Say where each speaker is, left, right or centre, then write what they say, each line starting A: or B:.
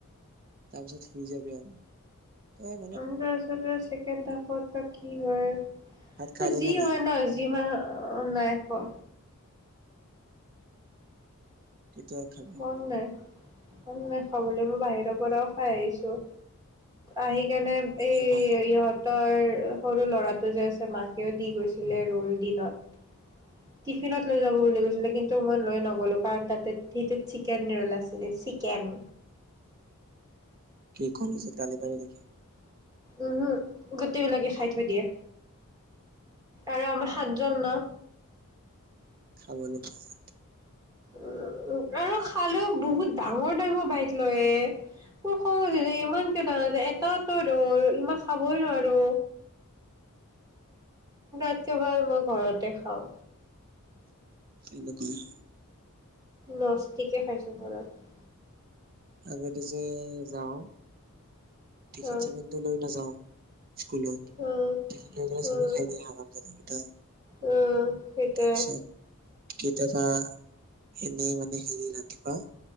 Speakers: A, on the right; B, on the right.
A: তাৰপিছত শুই যাবি আৰু ত
B: তাৰ পিছতে চেকেণ্ড তাফত বা কি হয়
A: ভাত খালি
B: যি
A: নে নাই
B: হয় ন যিমান- অ নাই খোৱা
A: কেতিয়া খাবি?
B: মন নাই। মন নাই খাবলৈ মই বাহিৰৰ পৰাও খাই আহিছো আহি- কেনে এই
A: এ ভাল
B: এইয়ত তই সৰু ল'ৰাটো যে আছে মাকেও দি গৈছিলে ৰোল দিনত টিফিনত লৈ যাব বুলি কৈছিলে কিন্তু মই লৈ নগলো কাৰণ তাতে সেইটো চিকেন ৰোল আছিলে চিকেন।
A: কি কলেজত গালি পাৰে নেকি?
B: উমহো গোটেইবিলাকে খাই থৈ দিয়ে। আৰু আমাৰ সাতজন ন
A: খাব নিকি
B: উ আৰু খালেও বহুত ডাঙৰ ডাঙৰ বাইক লয় এ তাও যে ইমানকে ডাঙৰ যে এত- তাত ত ৰোল ইমান খাবই নোৱাৰো একেবাৰে মই ঘৰতে খাওঁ।
A: এনেকুৱাই
B: লস্তিকে খাইছো ঘৰত
A: আগতে যে যাও টিফিন
B: অ
A: চিফিন টো লৈ নাযাওঁ স্কুলত
B: উম
A: টিফিন লৈ গলে
B: উম
A: চবে খাই দিয়ে হাৰাম ৰাভা যাদা কেইটাই
B: উম সেইটোৱে
A: তাৰপিছত কেইটা বা এনেই মানে হেৰি ৰাতিপুৱা